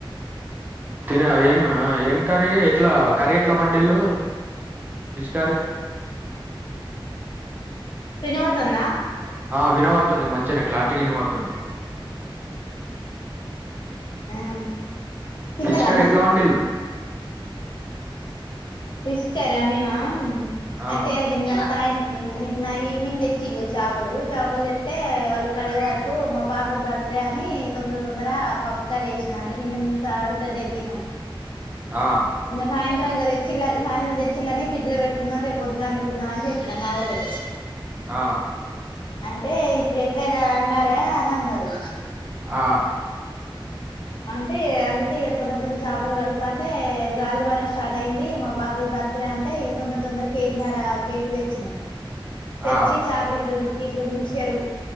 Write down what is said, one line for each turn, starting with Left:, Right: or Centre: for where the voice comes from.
Right: తిను ఏమ్మ ఏం కర్రీ ఎట్లా కర్రీ ఎట్ల వండిల్లు ఫిష్ కర్రీ
Left: వినపడుతుందా
Right: ఆ వినబడుతుంది మంచిగానే క్లారిటీగా వినబడుతుంది
Left: ఆ తిన్నారా
Right: ఫిష్ కర్రీ
Left: అన్నం
Right: ఎట్లా వండిళ్ళు
Left: ఫిష్కర్రా మేమా
Right: ఆ
Left: అయితే ఏ దన్న తా <unintelligible> నిన్న ఈవినింగ్ తెచ్చిళ్ళు చేపలు చేపలు తెత్తే వాళ్ళు కడిగే వరకు మా పాప బర్త్డే అని తొందర తొందర పప్పు చారు వేసిన అంటే నిన్న మేము చార్ తోనే తిన్నం.
Right: ఆ
Left: సాయంత్రంగా తెచ్ చిల్లలు సాయంత్రం తెచ్చిల్లని ఫ్రిడ్జ్ లో పెట్టుకున్నం రే పొద్దున వండుకుందం అని చెప్పినా మా ఊళ్ళతో
Right: ఆ
Left: అంటే ఇప్పుడు ఎట్లైనా వండాలె అని అన్నారు.
Right: ఆ
Left: అంటే అందుకే ఇక తొందర తొందర చేపలు కడుగుతాంటే గాలిదుమారం స్టార్ట్ అయ్యింది. మా పాపది బర్త్డే అంటే ఇక తొందర తొందర కేజీన్నర కేక్ తెచ్చినాం. తెచ్చి
Right: ఆ
Left: చాక్లెట్లు బిస్ ఇట్లు మిక్చరు